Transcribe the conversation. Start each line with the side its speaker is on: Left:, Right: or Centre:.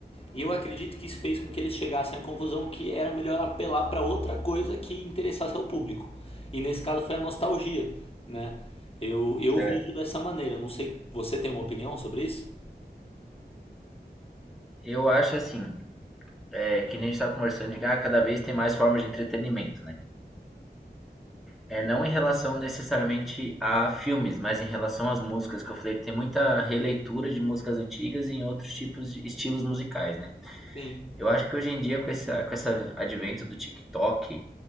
Left: E eu acredito que isso fez com que eles chegassem à conclusão que era melhor apelar para outra coisa que interessasse ao público. E nesse caso foi a nostalgia, né? Eu, eu
Centre: Certo.
Left: vejo dessa maneira. Não sei, você tem uma opinião sobre isso?
Centre: Eu acho assim, é, que nem a gente estava conversando de que ah, cada vez tem mais formas de entretenimento, né? É, não em relação necessariamente a filmes, mas em relação às músicas, que eu falei que tem muita releitura de músicas antigas em outros tipos de estilos musicais, né?
Left: Sim.
Centre: Eu acho que hoje em dia, com esse, com esse advento do TikTok